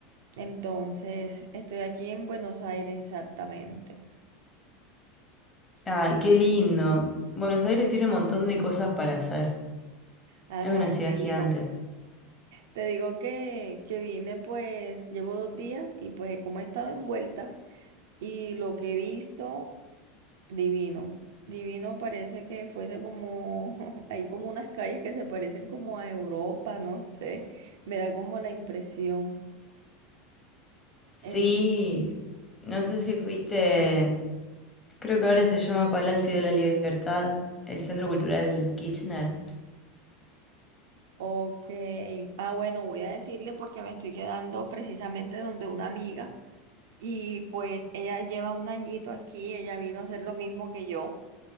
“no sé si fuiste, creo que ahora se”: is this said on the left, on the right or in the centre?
Left